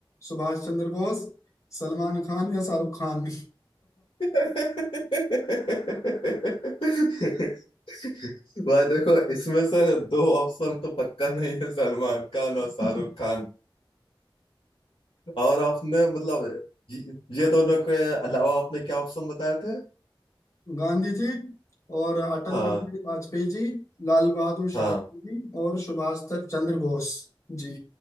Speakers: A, on the left; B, on the left.
A: सुभाष चंद्र बोस सलमान खान या शाहरुख खान
B: <laughs> भाई देखो इसमें से दो ऑप्शन तो पक्का नहीं है सलमान खान और शाहरुख
A: <laughs>
B: खान और आपने मतलब ये ये दोनों के अलावा आपने क्या ऑप्शन बताए थे
A: गांधी जी और अटल
B: हाँ
A: बिहारी वाजपेयी जी लाल बहादुर
B: हाँ
A: शास्त्री जी और सुभाष चंद्र बोस जी